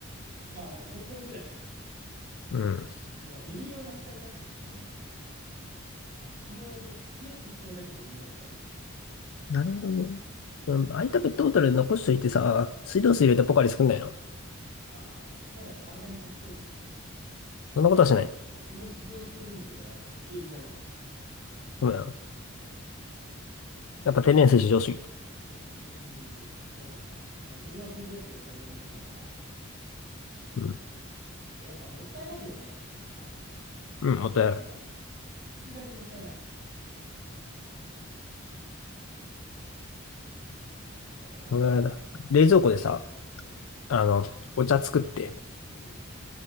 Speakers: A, on the right (about 40°); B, on the left (about 75°).
A: まあ、なんかトントンぐらい。
B: うん。
A: なんか微妙な使い方なんだよね。まあ、必要だ、必要っちゃ必要だけど微妙みたいな。
B: なるほどね。その空いたペットボトル残しといてさ、
A: うん。
B: 水道水入れてポカリ作んないの
A: まあ、あの、そっちの方がはるかに賢いんだけど、あの、
B: そんなことはしないの。
A: いやそれを主張しているんだけど、あの、受け入れられない。
B: ごめん。や
A: そ
B: っぱ天然水至上主義。
A: う。まあ、うーん、そうなのかな。まあ、自分は水道水を大量に飲むんだが、
B: うん。
A: やっぱもったいないよね。あの、
B: うん、もったいない。
A: お金が。<laughs> さすがにもったいない。だから、
B: もったいないだ。冷蔵庫でさ、
A: うん、
B: あの、お茶作って、
A: うん、